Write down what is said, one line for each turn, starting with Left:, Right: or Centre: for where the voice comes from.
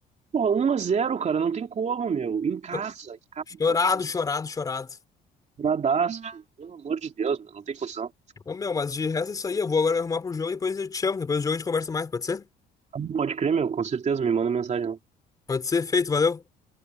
Right: Porra, 1x0, cara. Não tem como, meu. Em casa,
Left: cho-
Right: em casa,
Left: chorado,
Right: velho.
Left: chorado, chorado.
Right: Bradaço. Pelo amor de Deus, meu. Não tem condição.
Left: Ô, meu, mas de resto é isso aí. Eu vou agora arrumar pro jogo e depois eu te chamo. Depois do jogo a gente conversa mais, pode ser?
Right: Ah, Pode crer, meu, com certeza, me manda mensagem lá.
Left: Pode ser, feito, valeu.